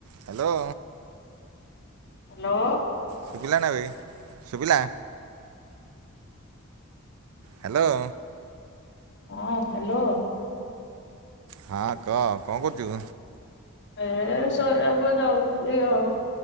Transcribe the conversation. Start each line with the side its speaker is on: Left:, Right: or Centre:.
Right: Hello.
Left: Hello.
Right: ଶୁଭିଲା ନା ବେ ଶୁଭିଲା। ହ୍ୟାଲୋ।
Left: ହଁ ହ୍ୟାଲୋ।
Right: ହଁ କହ କଣ କରୁଚୁ?
Left: ଏ ଶୋଇବାକୁ ଯାଉଥିଲି ଆଉ